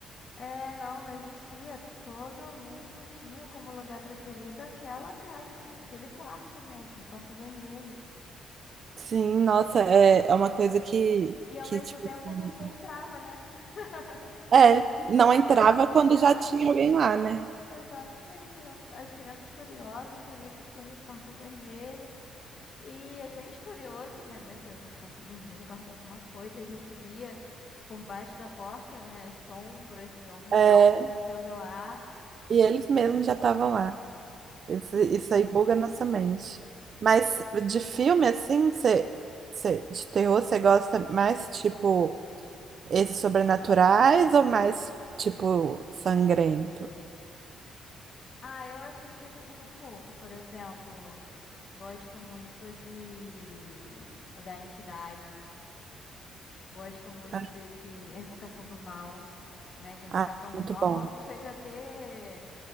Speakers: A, on the left; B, on the right.
A: É, não, não existia. Todo mundo tinha como lugar preferido aquela casa, aquele quarto, né? Aquele quarto vermelho.
B: Sim, nossa, é, é uma coisa que,
A: E ao
B: que,
A: mesmo
B: tipo,
A: tempo
B: assim,
A: ninguém entrava, né? <laughs>
B: é, não
A: Todo
B: entrava
A: mundo queria
B: quando
A: entrar.
B: já tinha alguém lá, né?
A: Exatamente. Eram as crianças curiosas ali, o que que tem nesse quarto vermelho? E a gente curioso, né? Meu Deus, esse quarto vermelho guarda alguma coisa. E a gente via por baixo da porta, né? As sombras de alguma
B: É,
A: coisa acontecendo lá.
B: e eles mesmos já estavam lá. Isso,
A: E-
B: isso aí buga a nossa mente. Mas de filme, assim, você, você, de terror, você gosta mais, tipo. Esses sobrenaturais ou mais, tipo, sangrento?
A: Ah, eu assisto de tudo um pouco. Por exemplo, gosto muito de da Entidade. Gosto muito
B: Ah,
A: desse A Invocação do Mal, né? Que a Invocação
B: ah,
A: do
B: muito
A: Mal
B: bom.
A: chega a ter